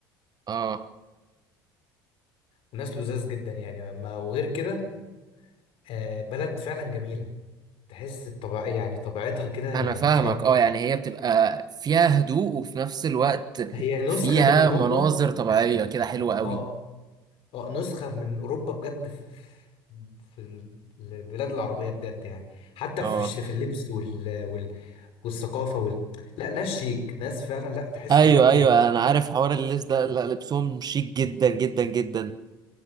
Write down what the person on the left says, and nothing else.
وناس لذاذ جدا يعني ما وغير كده آه، بلد فعلا جميله تحس الطبع يعني طبيعتها كده يعني
كفايه
هي نسخه
من اوروبا
في-
اه اه نسخه من اوروبا بجد في, في البلاد العربيه بجد يعني حتى
في الش- في اللبس وال... وال... والثقافه وال... لا ناس شيك ناس فعلا لا تحس
ان دول اوروبا